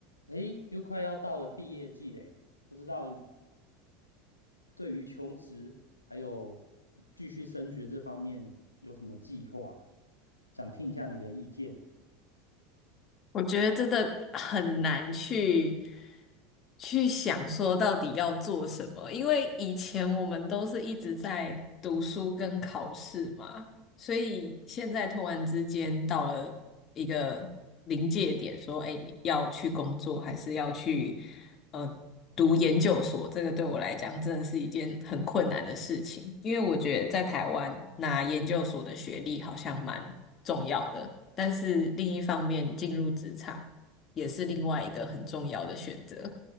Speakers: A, on the left; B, on the left.
A: 诶，又快要到了毕业季嘞，不知道对于求职还有继续升学这方面有什么计划？想听一下你的意见。
B: 我觉得真的很难去去想说到底要做什么，因为以前我们都是一直在读书跟考试嘛，所以现在突然之间到了一个临界点，说，哎，你要去工作还是要去呃读研究所？这个对我来讲真的是一件很困难的事情，因为我觉得在台湾拿研究所的学历好像蛮重要的，但是另一方面进入职场也是另外一个很重要的选择。